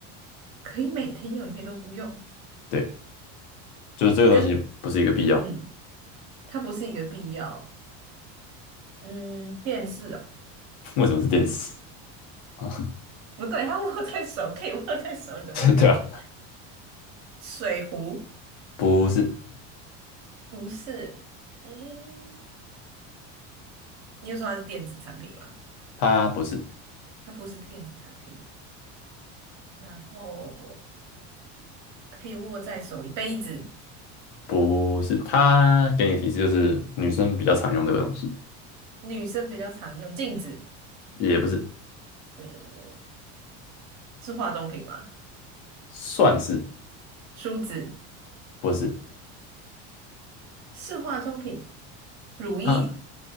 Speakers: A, on the right; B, on the left.
A: 可以每天用，也可以都不用。
B: 对，就是这个东西不是一个必要，
A: 跟嗯，它不是一个必要。嗯，电视哦，
B: <laughs> 为什么是电视？<laughs> 啊？
A: 不对，它握在手，可以握在手，怎么会是电视？
B: 对啊，
A: 水壶
B: 不是。
A: 不是。嗯，你又说它是电子产品吗？
B: 它不是，
A: 它不是电子产品。然后可以握在手里，杯子，
B: 不是，它给你的提示就是女生比较常用这个东西，
A: 女生比较常用，镜子。
B: 也不是，
A: 嗯，是化妆品吗？
B: 算是
A: 梳子
B: 不是，
A: 是化妆品，乳液
B: 它